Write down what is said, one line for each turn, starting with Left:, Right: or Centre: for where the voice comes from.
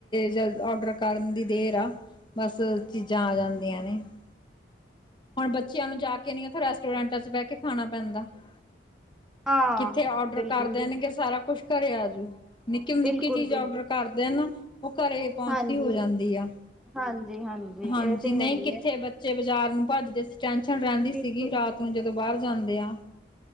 Left: ਜਲ ਔਡਰ ਕਰਨ ਦੀ ਦੇਰ ਆ ਬਸ, ਚੀਜ਼ਾਂ ਆ ਜਾਂਦੀਆਂ ਨੇ - ਹੁਣ ਬੱਚਿਆਂ ਨੂੰ ਜਾ ਕੇ ਨੀ ਉੱਥੇ ਰੈਸਟੋਰੈਂਟਾਂ ਚ ਬਹਿ ਕੇ ਖਾਣਾ ਪੈਂਦਾ -
Centre: ਹਾਂ
Left: ਕਿੱਥੇ ਔਡਰ
Centre: ਬਿਲਕੁਲ
Left: ਕਰ ਦੇਣਗੇ
Centre: ਜੀ
Left: ਸਾਰਾ ਕੁਛ ਘਰੇ ਆ ਜੂ ਨਿੱਕੀ- ਨਿੱਕੀ
Centre: ਬਿਲਕੁਲ
Left: ਚੀਜ਼
Centre: ਬਿਲਕੁਲ
Left: ਔਡਰ ਕਰ ਦੇਣ ਨਾ ਉਹ ਘਰੇ ਪਹੁੰਚਦੀ
Centre: ਹਾਂਜੀ,
Left: ਹੋ ਜਾਂਦੀ ਆ-
Centre: ਹਾਂਜੀ, ਹਾਂਜੀ ਇਹ
Left: ਹਾਂਜੀ,
Centre: ਤੇ
Left: ਨਹੀਂ
Centre: ਹੈ ਹੀ
Left: ਕਿੱਥੇ
Centre: ਹੈ
Left: ਬੱਚੇ ਬਾਜ਼ਾਰ ਨੂੰ ਭੱਜਦੇ ਸੀ। ਟੈਨਸ਼ਨ ਰਹਿੰਦੀ ਸੀਗੀ
Centre: ਬਿਲਕੁਲ
Left: ਰਾਤ ਨੂੰ ਜਦੋਂ ਬਾਹਰ ਜਾਂਦੇ ਆ -